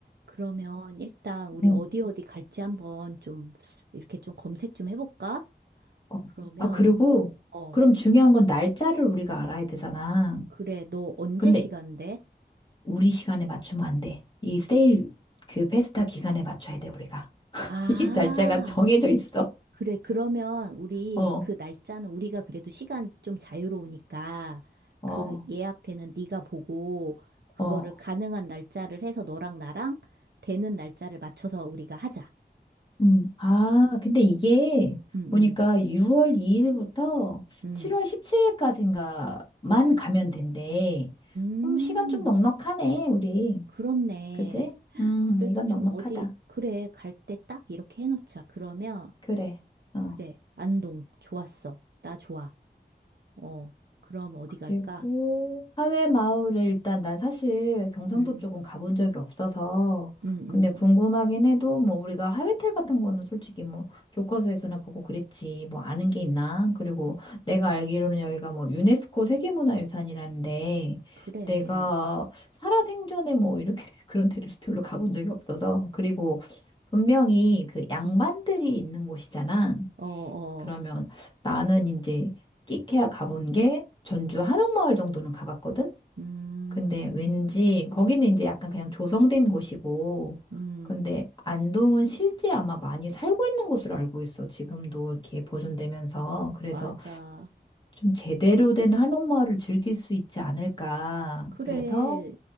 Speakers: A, on the right; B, on the left.
A: 그러면 일단 우리
B: 응.
A: 어디 어디 갈지 한번 좀 이렇게 좀 검색 좀 해볼까?
B: 어. 어.
A: 그러면,
B: 아 그리고
A: 어,
B: 그럼 중요한 건 날짜를 우리가 알아야 되잖아.
A: 그래. 너 언제
B: 근데
A: 시간 돼?
B: 우리 시간에 맞추면 안 돼. 이 세일 그 페스타 기간에 맞춰야 돼, 우리가. <laughs>
A: 아,
B: 이게 날짜가 정해져 있어.
A: 그래, 그러면 우리
B: 어,
A: 그 날짜는 우리가 그래도 시간 좀 자유로우니까
B: 어,
A: 그 예약되는 네가 보고 그거를
B: 어.
A: 가능한 날짜를 해서 너랑 나랑 되는 날짜를 맞춰서 우리가 하자.
B: 음. 아, 근데 이게
A: 음,
B: 보니까
A: 음,
B: 6월 2일부터
A: 음.
B: 7월 17일까지인가만 가면 된대.
A: 음,
B: 음, 시간 좀 넉넉하네, 우리.
A: 그렇네.
B: 그지? 음,
A: 그래도
B: 이건
A: 좀
B: 넉넉하다.
A: 어디, 그래, 갈 때 딱 이렇게 해놓자. 그러면,
B: 그래. 어.
A: 그래, 안동, 좋았어. 나 좋아. 어, 그럼 어디
B: 그리고
A: 갈까?
B: 하회 마을을 일단 난 사실 경상도
A: 음,
B: 쪽은 가본 적이 없어서
A: 음,
B: 근데
A: 음.
B: 궁금하긴 해도 뭐 우리가 하회탈 같은 거는 솔직히 뭐 교과서에서나 보고 그랬지 뭐 아는 게 있나? 그리고 내가 알기로는 여기가 뭐 유네스코 세계문화유산이라는데
A: 그래.
B: 내가 살아생전에 뭐 이렇게 <laughs> 그런 데를 별로 가본 적이 없어서 그리고 분명히 그 양반들이
A: 음.
B: 있는 곳이잖아.
A: 어, 어,
B: 그러면 나는 이제 끼케야 가본 게 전주 한옥마을 정도는 가봤거든?
A: 음,
B: 근데 왠지 거기는 이제 약간 그냥 조성된 곳이고,
A: 음,
B: 근데 안동은 실제 아마 많이 살고 있는 곳으로 알고 있어. 지금도 이렇게 보존되면서. 그래서
A: 맞아.
B: 좀 제대로 된 한옥마을을 즐길 수 있지 않을까.
A: 그래,
B: 그래서